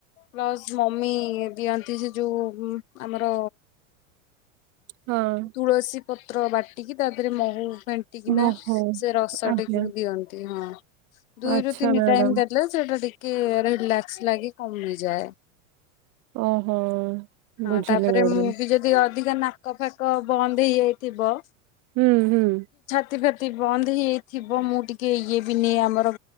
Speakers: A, on the left; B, on the right.
A: ପ୍ଲସ ମମି ବି ଆନ୍ତି ସେ ଯଉ ଆମର
B: ହଁ
A: ତୁଳସୀ ପତ୍ର ବାଟିକି ତା ଦେହରେ ମହୁ ପଣ୍ଟିକନା
B: ଓହୋ।
A: ସେ ରସଟିକୁ
B: ଆଜ୍ଞା
A: ଦିଅନ୍ତି ହଁ। ଦୁଇରୁ
B: ଆଚ୍ଛା
A: ତିନି
B: ମ୍ୟାଡାମ
A: ଟାଇମ ଦେଲେ ସେଟା ଟିକେ ରିଲାସ ଲାଗେ କମି ଯାଏ।
B: ଓହୋ।
A: ହଁ
B: ବୁଝିଲି
A: ତାପରେ
B: ମ୍ୟାଡାମ।
A: ମୁଁ ବି ଯଦି ଅଧିକ ନାକ ଫାକ ବନ୍ଦ ହେଇଯାଇଥିବ।
B: ହୁଁ ହୁଁ।
A: ସେତପତି ବନ୍ଦ ହେଇଥିବ ମୁଁ ଟିକେ ଇଏ ବି ନେଇ ଆମର